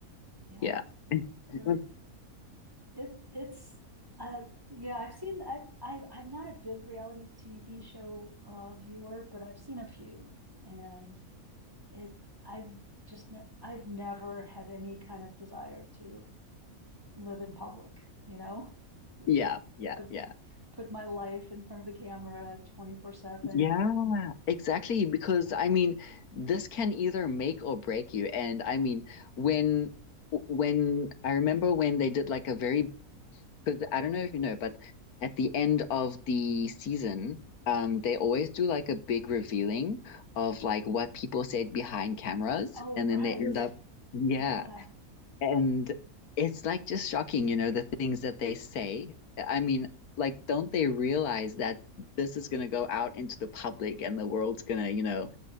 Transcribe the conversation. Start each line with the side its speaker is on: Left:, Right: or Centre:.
Right: yeah.
Left: Yeah.
Right: They're,
Left: <laughs>
Right: they're It it's uh yeah, I've seen I I I'm not a big reality TV show uh viewer, but I've seen a few and it I've just ne I've never had any kind of desire to live in public, you know? Like
Left: Yeah, yeah,
Right: put
Left: yeah.
Right: put my life in front of the camera 24/7.
Left: Yeah, exactly. Because I mean, this can either make or break you. And I mean, when when I remember when they did like a very Because I don't know if you know, but at the end of the season, um, they always do like a big revealing of like what people said behind cameras,
Right: Oh,
Left: and
Right: right.
Left: then they end up, yeah,
Right: Yeah.
Left: and it's like just shocking, you know, the things that they say. I mean, like, don't they realize that this is gonna go out into the public and the world's gonna, you know,